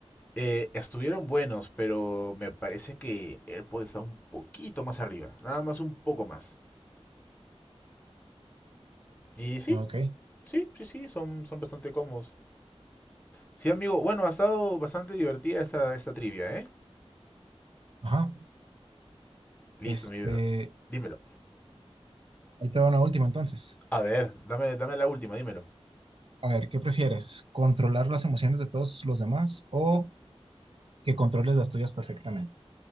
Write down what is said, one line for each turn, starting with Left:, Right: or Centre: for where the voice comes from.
Left: Eh, estuvieron buenos, pero me parece que AirPod está un poquito más arriba, nada más un poco más. Y sí,
Right: Ok.
Left: sí, sí, sí, son, son bastante cómodos. Sí, amigo, bueno, ha estado bastante divertida esta, esta trivia, ¿eh?
Right: Ajá.
Left: Listo,
Right: Este,
Left: mi bro. Dímelo.
Right: ahí te va una última entonces.
Left: A ver, dame, dame la última, dímelo.
Right: A ver, ¿qué prefieres? ¿Controlar las emociones de todos los demás o que controles las tuyas perfectamente?